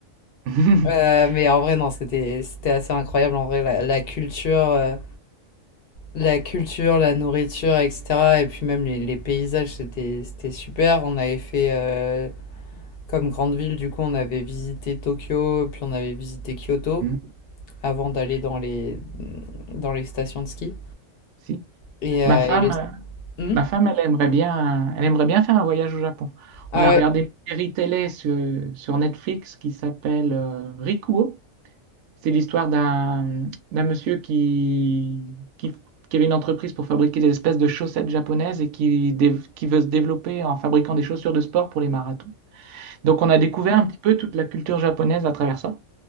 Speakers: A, on the right (about 70°); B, on the left (about 55°).
A: <laughs>
B: Euh, mais en vrai, non, c'était, c'était assez incroyable. En vrai, la, la culture. euh, La culture, la nourriture, etc. Et puis même les, les paysages, c'était, c'était super. On avait fait, euh, comme grande ville, du coup, on avait visité Tokyo, puis on avait visité Kyoto
A: Hmm,
B: avant d'aller dans les, dans les stations de ski.
A: Si.
B: Et,
A: Ma
B: euh,
A: femme,
B: et les...
A: euh,
B: Hmm
A: ma femme, elle aimerait bien, elle aimerait bien faire un voyage au Japon.
B: Ah
A: On a
B: ouais,
A: regardé une série télé sur, sur Netflix qui s'appelle euh, Rikuo. C'est l'histoire d'un d'un monsieur qui, qui, qui avait une entreprise pour fabriquer des espèces de chaussettes japonaises et qui, dév- qui veut se développer en fabriquant des chaussures de sport pour les marathons. Donc on a découvert un petit peu toute la culture japonaise à travers ça